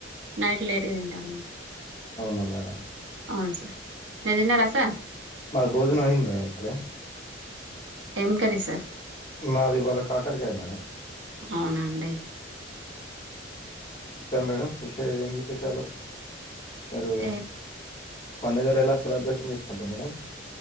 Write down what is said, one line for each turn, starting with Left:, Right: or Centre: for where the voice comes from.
Right: నైట్ లేట్ తింట అనమాట
Left: అవునా మేడం
Right: అవును సార్ మీరు తిన్నారా సార్
Left: మ భోజనం అయింది మేడం ఇప్పుడే
Right: ఏం కర్రీ సార్
Left: నాది ఇవాళ కాకరకాయ మేడం
Right: అవునాఅండి
Left: మేడం పష ఏం విశేషాలు మీరు
Right: ఏ
Left: పండుగలు ఎలా సెలబ్రేషన్ చేసుకుంటాం మేడం